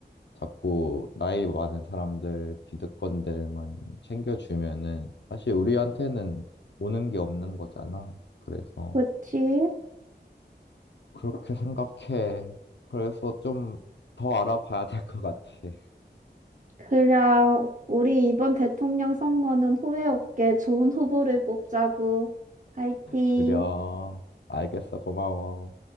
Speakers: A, on the left (about 80°); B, on the right (about 45°).
A: 자꾸 나이 많은 사람들, 기득권들만 챙겨주면은 사실 우리한테는 오는 게 없는 거잖아. 그래서
B: 그치?
A: 그렇게 생각해. 그래서 좀 더 알아봐야 될 것 같아. <laughs>
B: 그래, 우리 이번 대통령 선거는 후회 없게 좋은 후보를 뽑자고. 화이팅!
A: 그래. 알겠어. 고마워.